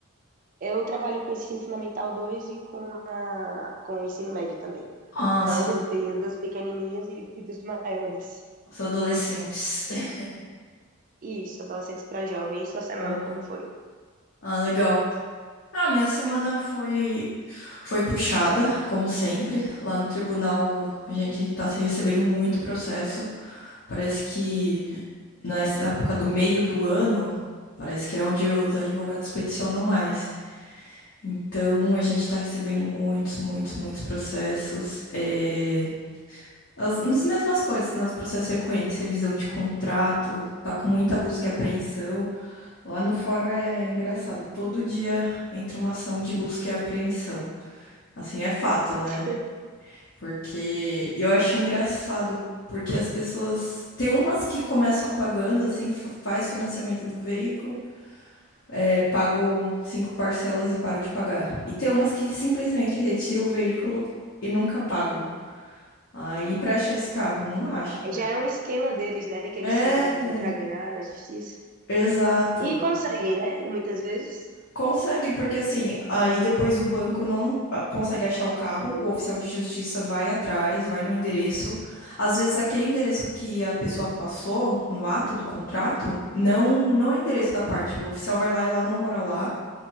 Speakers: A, on the right; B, on the left.
A: Eu trabalho com o ensino fundamental 2 e com a, com o ensino médio também.
B: Ah,
A: Então,
B: sim,
A: <laughs> tem dos pequenininhos e, e dos maiores.
B: os adolescentes. <laughs>
A: Isso, adolescentes para jovens, sua semana
B: Ah,
A: como foi?
B: Ah, legal. Ah, minha semana foi foi puxada, como sempre. Lá no tribunal a gente tá se recebendo muito processo. Parece que nessa época do meio do ano, parece que é onde os advogados peticionam mais. Então a gente tá recebendo muitos, muitos, muitos processos. é, As, as mesmas coisas, nos processos frequentes, revisão de contrato, tá com muita busca e apreensão. Lá no fórum é engraçado, todo dia entra uma ação de busca e apreensão. Assim, é fato, né?
A: <laughs>
B: Porque e eu acho engraçado, porque as pessoas. Tem umas que começam apagando, assim, fa- faz financiamento do veículo, é, pagam cinco parcelas e param de pagar. E tem umas que simplesmente retiram o veículo e nunca pagam. Aí, pra achar esse carro, não acho.
A: Já é um esquema deles, né, que eles
B: É,
A: fazem para tentar ganhar na justiça.
B: exato.
A: E conseguem, né? Muitas vezes.
B: Conseguem, porque assim, aí depois o banco não ah, consegue achar o carro, o oficial de justiça vai atrás, vai no endereço. Às vezes aquele endereço que a pessoa passou no ato do contrato não não é endereço da parte, o oficial vai lá e ela não mora lá.